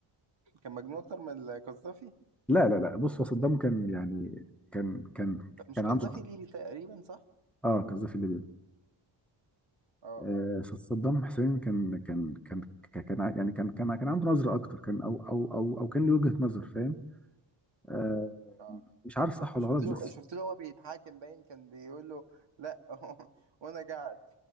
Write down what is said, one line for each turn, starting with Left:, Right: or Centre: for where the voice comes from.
Right: <laughs> كان مجنون اكتر من القذافي
Centre: لا لا لا بص هو صدام كان يعني كان كان
Right: مش
Centre: كان
Right: قذافي
Centre: عنده
Right: ليبي تقريبا صح
Centre: اه قذافي في ليبيا
Right: اه
Centre: آه صدام حسين كان كان كان كان كان ع- يعني كان كان كان عنده نظره اكتر كان او او او او كان له وجهه نظر فاهم آه
Right: اه
Centre: مش عارف صح
Right: انا
Centre: ولا
Right: شفت
Centre: غلط
Right: له
Centre: بس
Right: شفت له هو بيتحاكم باين كان بيقول له لا <laughs> وانا قاعد